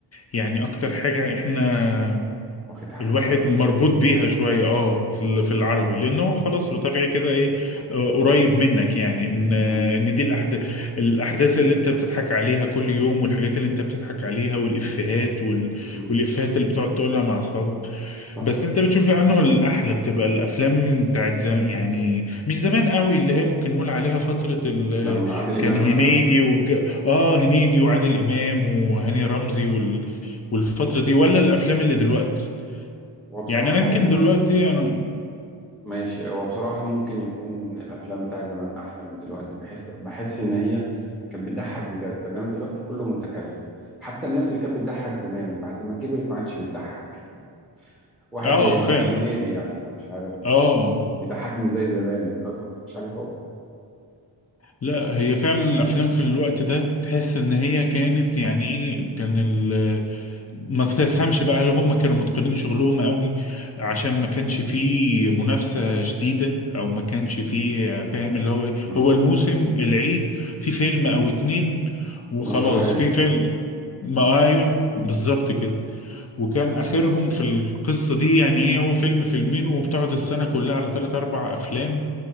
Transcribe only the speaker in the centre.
واخد حقه
شويه
مم.
مم.
صح.
لما عادل امام
مثلا
هو بصراحه
يعني
ماشي هو بصراحه ممكن يكون الافلام بتاع زمان احلى من دلوقتي بحس بحس ان هي كانت بتضحك بجد انما دلوقتي كله متكلف حتى الناس اللي كانت بتضحك زمان بعد ما كبرت ما عادش بتضحك واحد
زي مثلا
هنيدي يعني انا مش عارف
بيضحكني زي زمان دلوقتي ما بضحكش عليه خالص
مم.
ومسرحيه